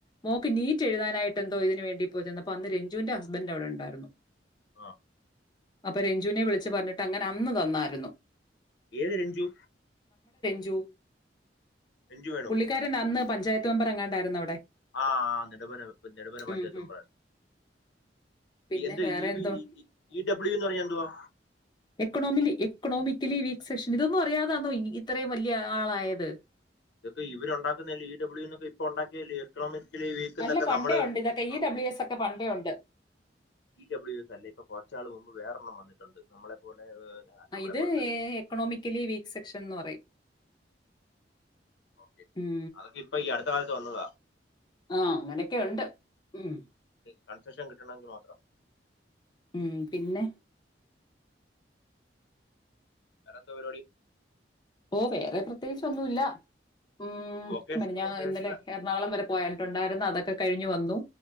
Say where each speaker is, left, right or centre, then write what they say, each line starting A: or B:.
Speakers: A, on the left; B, on the left.
A: മോക്ക് നീറ്റ് എഴുതാനായി ട്ട് എന്തോ ഇതിനുവേണ്ടി ഇപ്പൊ ചെന്നപ്പോ അവിടെ രഞ്ജൂൻ്റെ ഹസ്ബൻ്റ് അവിടെ ഉണ്ടായിരുന്നു.
B: ആ
A: അപ്പൊ രഞ്ജുനെ വിളിച്ച് പറഞ്ഞിട്ട് അങ്ങനെ അന്ന് തന്നായിരുന്നു
B: ഏത് രഞ്ജു
A: ജു
B: രഞ്ജു വേണോ
A: പുള്ളിക്കാരൻ അന്ന് പഞ്ചായത്ത് മെമ്പർ എങ്ങാണ്ടായിരുന്നു അവിടെ
B: ആ ആ നെടുമന നെടുമന പഞ്ചായത്ത്
A: ഉം ഉം.
B: മെമ്പറങ്ങാണ്ടായിരുന്നു
A: പിന്നെ
B: എന്താ
A: വേറെ
B: ഇ
A: എന്തോ
B: ബി ഇ ഡബ്ലിയു എന്നു പറഞ്ഞാ എന്തുവാ
A: എക്കണോമിലി എക്കണോമിക്കലി വീക്ക് സെക്ഷൻ ഇതൊന്നും അറിയാതാന്നോ ഇത്രയും വലിയ ആളായത്
B: ഇതിപ്പെ ഇവര് ഉണ്ടാക്കുന്നതല്ലേ ഇ ഡബ്ലിയുന്നൊക്കെ ഇപ്പൊ ഉണ്ടാക്കിയല്ലയോ എക്കണോമിക്ക് ക്കലി വീക്ക് എന്നൊക്കെ
A: അല്ല പണ്ടേ
B: നമ്മള്
A: ഉണ്ട് ഇതൊക്കെ ഈ
B: ആ
A: ഡബ്ല്യു എസ് ഒക്കെ പണ്ടേ ഉണ്ട്
B: ഈ ഡബ്ലിയുന്നല്ല ഇപ്പൊ കുറച്ചു നാള് മുൻപ് വേറൊരെണ്ണം വന്നിട്ടുണ്ട് ഉണ്ടുണ്ട് നമ്മളേ പോലെ നമ്മളെ
A: ഇത്
B: പോലെ നല്ല
A: എക്കണോമിക്കലി വീക്ക് സെക്ഷൻ എന്ന് പറയും
B: ഓക്കെ
A: ഉം
B: അതൊക്കെ ഇപ്പൊ ഈ അടുത്ത കാലത്ത് വന്നതാ
A: ആ അങ്ങനൊക്കെയുണ്ട് ഉം
B: കൺസഷൻ കിട്ടണവെങ്കി മാത്രം
A: ഉം പിന്നെ
B: വേറെന്താ പരിപാടി
A: ഓ വേറെ പ്രത്യേകിച്ച് ഒന്നുല്ല ഉം
B: വൊക്കേഷ
A: മിനിഞ്ഞാന്ന്
B: വൊക്കേഷണൽ
A: ഇന്നലെ എറണാകുളം വരെ പോയട്ടുണ്ടായിരുന്നു അതൊക്കെ ക കഴിഞ്ഞു വന്നു